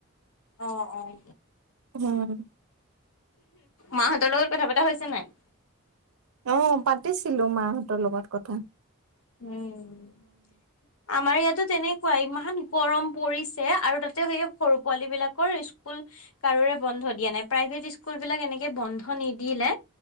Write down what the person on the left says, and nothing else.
অ', অ',
মাহতৰ লগত কথা পতা হৈছে নাই?
উম, আমাৰ ইয়াতো তেনেকুৱা ইমান গৰম পৰিছে আৰু তাতে সেই সৰু পোৱালী বিলাকৰ স্কুল কাৰোৰে বন্ধ দিয়া নাই, প্ৰাইভেট স্কুল বিলাক এনেকে বন্ধ নিদিলে